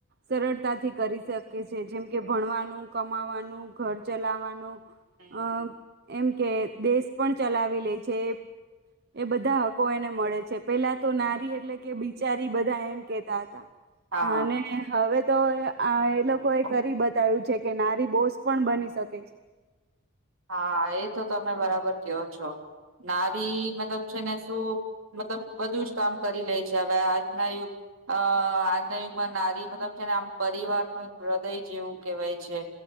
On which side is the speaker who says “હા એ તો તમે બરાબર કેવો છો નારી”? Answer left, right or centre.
Right